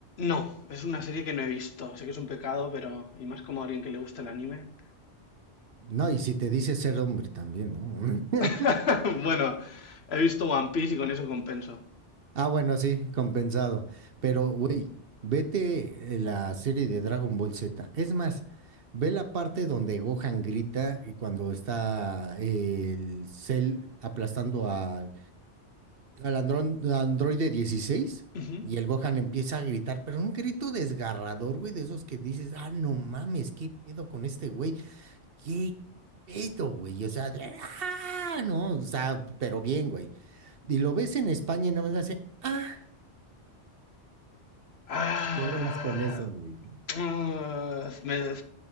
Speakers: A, on the left; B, on the right.
A: No, es una serie que no he visto. Sé que es un pecado, pero... Y más como a alguien que le gusta el anime.
B: No, y si te dice ser hombre también, ¿no? <laughs>
A: <laughs> Bueno, he visto One Piece y con eso compenso.
B: Ah, bueno, sí, compensado. Pero, güey, vete eh, la serie de Dragon Ball Z. Es más, ve la parte donde Gohan grita y cuando está eh, el Cell aplastando a- al andrón- androide 16
A: Ujú.
B: y el Gohan empieza a gritar, pero un grito desgarrador, güey, de esos que dices, ah, no mames, ¿qué pedo con este güey? ¿Qué pedo, güey? O sea, de, "Ah", no, o sea, pero bien, güey. Y lo ves en España y nada más hace, "Ah,
A: Ah,
B: Yo bolas con eso, güey.
A: mm, me-